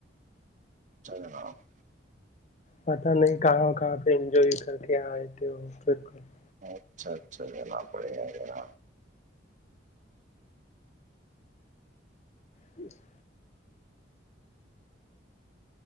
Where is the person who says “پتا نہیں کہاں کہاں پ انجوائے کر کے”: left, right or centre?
Left